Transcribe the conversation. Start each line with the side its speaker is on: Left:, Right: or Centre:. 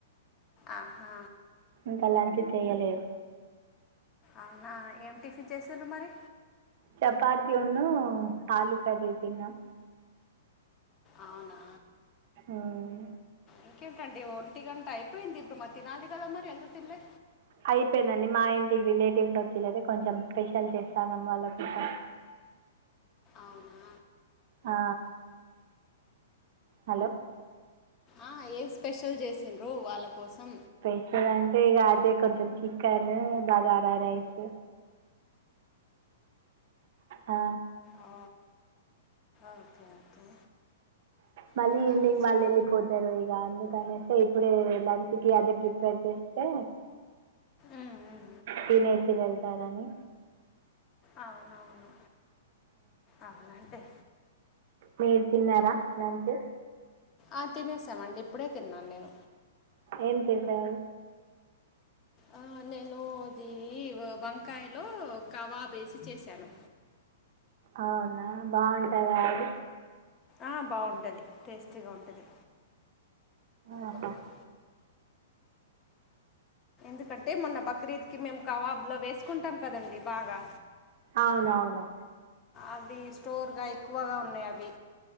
Left: అహా
Right: ఇంకా లంచ్ చెయ్యలేరు
Left: అవునా ఏం టిఫిన్ చేశారు మరి
Right: చపాతి ఉను ఆలు కర్రీ తిన్నాం
Left: అవునా
Right: మ్మ్
Left: ఇంకేంటండి ఒంటి గంట అయిపోయింది ఇప్పుడు మా తినాలి కదా మరి ఎందుకు తినలే
Right: అయిపోయిందండి మా ఇంటికి రిలేటివ్స్ వచ్చిర్రుయితే కొంచెం స్పెషల్ చేస్తానం వాళ్ళ కోసం
Left: అవున
Right: ఆ హలో
Left: ఆ ఏం స్పెషల్ చేసిండ్రు వాళ్ళ కోసం
Right: స్పెషల్ అంటే ఇక అదే కొంచెం చికెను బగారా రైస్ ఆ
Left: ఆ ఓకే ఓకే
Right: మళ్ళీ
Left: ఇంకా
Right: ఈవినింగ్
Left: చెప్
Right: వాళ్ళ ఎల్లిపో తారు ఇక అందుకనేస్తే ఇప్పుడు లంచ్ కి అదే ప్రిపేర్ చేస్తే
Left: ఉ ఉ
Right: తినేసి వెళ్తారని
Left: అవునవును అవునంటే
Right: మీరు తిన్నారా లంచ్
Left: ఆ తినేసామండి ఇప్పుడే తిన్నాను నేను
Right: ఏం చేశారు
Left: ఆ నేను అది వంకాయలో కవాబ్ ఏసి చేశాను
Right: అవునా బాగుంటాదా అది
Left: ఆ బాగుంటది టెస్ట్ గా ఉంటది
Right: ఆహా
Left: వర్కర్ ఎందుకంటే మొన్న బక్రీద్కి మేము కవాబులు అవివేసుకుంటాం కదండి బాగా
Right: అవునవును
Left: అవి స్టోర్గా ఎక్కువగా ఉన్నాయి అవి